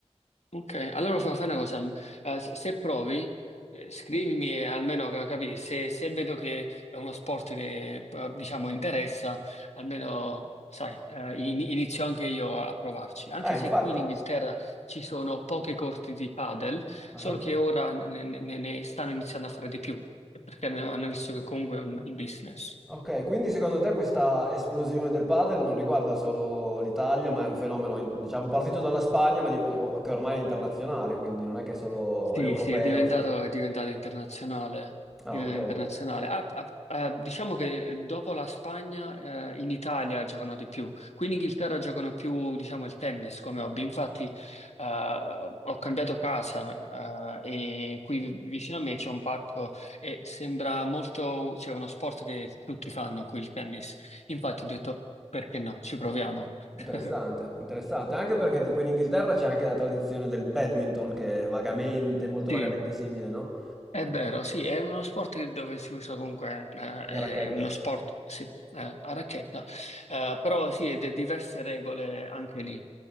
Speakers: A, on the left; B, in the centre.
A: Ok, allora fa- fai una cosa, m, eh, se se provi, eh, scrivimi eh, almeno ca- capire se, se vedo che è uno sport che, eh, diciamo, interessa, almeno, sai, eh, in- inizio anche io a, a provarci. Anche
B: Eh, infatti.
A: se qui in Inghilterra ci sono poche corti di padel,
B: Ah.
A: solo che ora ne, ne- ne stanno iniziando a fare di più, perché hanno hanno visto che comunque è un bel business.
B: Ok, quindi secondo te questa esplosione del padel non riguarda solo l'Italia, ma è un fenomeno, in- diciamo, partito dalla Spagna, ma di- eh, che ormai è internazionale, quindi non è che è solo
A: Sì,
B: europeo,
A: sì, è diventato,
B: solo...
A: è diventato internazionale.
B: Ah,
A: è diventato
B: ok.
A: internazionale. Ah, ah, eh, diciamo che dopo la Spagna, eh, in Italia giocano di più. Qui in Inghilterra giocano più, diciamo, il tennis come hobby. Infatti, eh, ho cambiato casa, eh, e qui vicino a me c'è un parco e sembra molto, cioè, uno sport che tutti fanno qui, il tennis. Infatti ho detto, perché no, ci proviamo.
B: Interessante,
A: <laughs>
B: interessante. Anche perché tipo in Inghilterra c'è anche la tradizione del badminton che è vagamente, molto
A: Sì.
B: vagamente simile, no?
A: È vero, sì, è uno sport che- dove si usa comunque, eh, è
B: La racchetta.
A: uno sport, sì, eh, a racchetta, eh, però sì, ed è diverse regole anche lì.